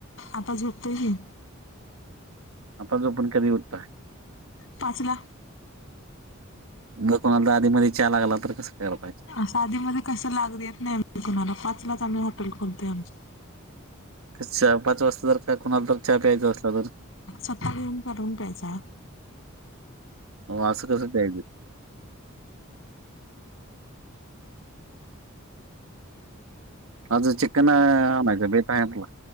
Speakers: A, on the left (about 65°); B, on the right (about 85°).
A: आता झोपतो की.
B: आता झोपुन कधी होतता.
A: पाचला.
B: म कोणाला आधीमध्येध्ये चहा लागला तर कसं करा.
A: साधीमध्ये कसं लागले येत नाही आम कुणाला पाचलाच आम्ही हॉटल खोलतोय आमची.
B: चहा पाच वाजता जर काय कुणाला तर चहा प्यायचा असजला तर?
A: स्वतः घेऊन करून प्यायचा.
B: मग असं कस आहे. आज चिकन आम बेट आहेला.